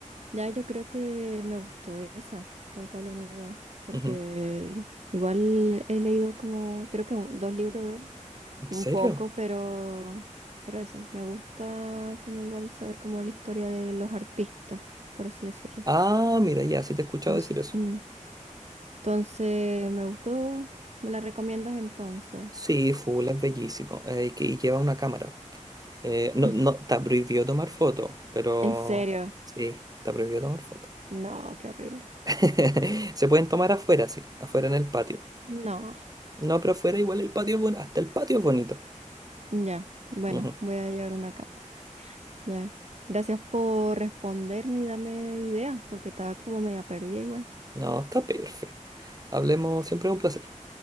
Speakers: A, on the right (about 55°); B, on the right (about 30°).
A: Ya, yo creo que me gustó esa de Pablo Neruda, porque
B: ujú.
A: igual he leído como, creo que un- dos libros de él,
B: ¿En
A: un
B: serio?
A: poco, pero, pero eso, me gusta como igual saber como la historia de los artistas, por así decirlo.
B: Ah, mira, ya, sí te he escuchado
A: Como
B: decir
A: su-
B: eso.
A: mm. Entonces, me gustó, ¿me la recomiendas entonces?
B: Sí, full, es bellísimo. eh, que- y lleva una cámara. Eh, no,
A: <laughs>
B: no, está prohibido tomar fotos, pero
A: ¿En serio?
B: sí, está prohibido tomar fotos.
A: No, qué horrible.
B: <laughs> Se pueden tomar afuera, sí, afuera en el patio.
A: No,
B: No, pero afuera igual el patio es bonito, hasta el patio es bonito.
A: ya, bueno,
B: Ujú.
A: voy a llevar una cámara. Ya. Gracias por responderme y darme ideas, porque estaba como media perdida igual.
B: No, está perfecto. Hablemos, siempre es un placer.